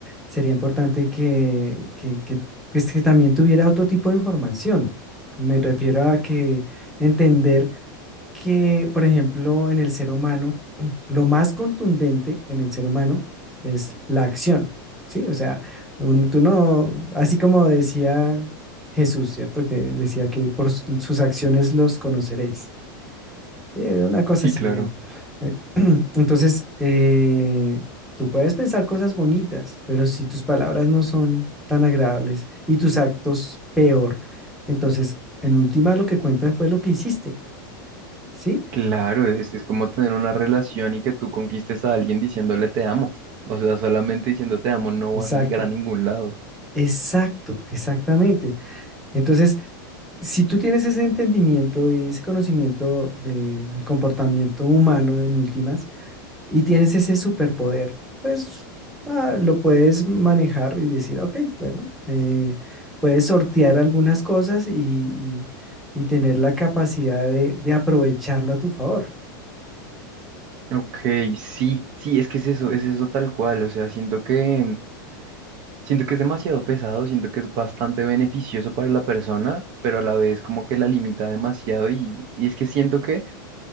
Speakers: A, in the centre; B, on the right.
A: sería importante que, que, que, pues, que también tuviera otro tipo de información. Me refiero a que entender que, por ejemplo, en el ser humano, <clears throat> lo más contundente en el ser humano es la acción, ¿sí? O sea, un- tú no, así como decía Jesús, ¿cierto? Que decía que por su- sus acciones los conoceréis, ¿sí? Una cosa
B: Sí,
A: así,
B: claro.
A: bueno. Eh, <clears throat> Entonces, eh, tú puedes pensar cosas bonitas, pero si tus palabras no son tan agradables y tus actos peor, entonces, en última, lo que cuenta fue lo que hiciste, ¿sí?
B: Claro, es, es como tener una relación y que tú conquistes a alguien diciéndole te amo. O sea, solamente diciendo te amo no
A: Exacto,
B: vas a llegar a ningún lado.
A: exacto, exactamente. Entonces, si tú tienes ese entendimiento y ese conocimiento del comportamiento humano en últimas y tienes ese superpoder, pues ah, lo puedes manejar y decir, ok, bueno, eh, puedes sortear algunas cosas y, y- y tener la capacidad de, de aprovecharlo a tu favor.
B: Ok, sí, sí, es que es eso, es eso tal cual. O sea, siento que, siento que es demasiado pesado, siento que es bastante beneficioso para la persona, pero a la vez como que la limita demasiado y, y es que siento que